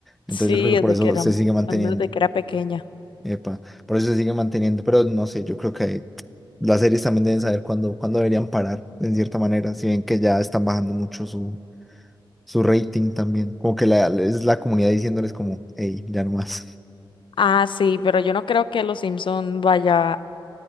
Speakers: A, in the centre; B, on the left.
A: Entonces
B: Sí,
A: yo creo
B: desde
A: que por eso
B: que era,
A: se sigue manteniendo.
B: al menos de que era pequeña.
A: Epa, por eso se sigue manteniendo, pero no sé, yo creo que las series también deben saber cuándo, cuándo deberían parar, en cierta manera, si ven que ya están bajando mucho su, su rating también, como que la, es la comunidad diciéndoles como, hey, ya no más,
B: Ah, sí, pero yo no creo que Los Simpson vaya